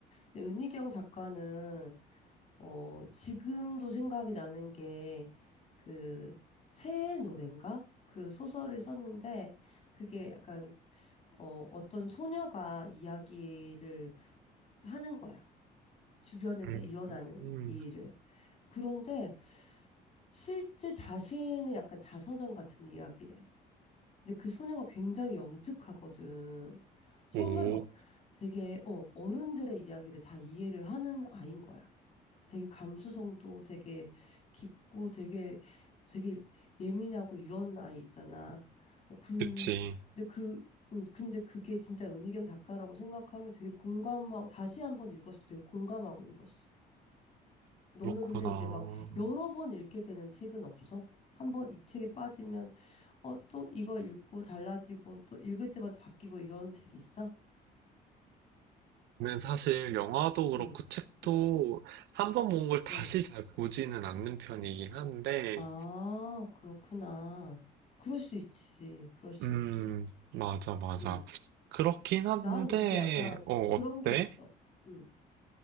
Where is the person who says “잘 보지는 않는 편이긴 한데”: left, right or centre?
Right